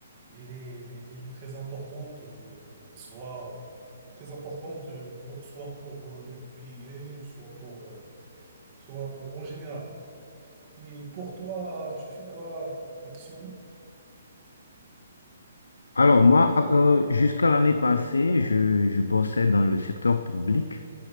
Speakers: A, on the right; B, on the left.
A: elle est- elle est très importante, euh, soit très importante euh, pour soit pour euh, nous piller, soit pour euh, soit pour en général. Et pour toi, tu fais quoi actuellement?
B: Alors moi, euh, jusqu'à l'année passée, je, je bossais dans le secteur public,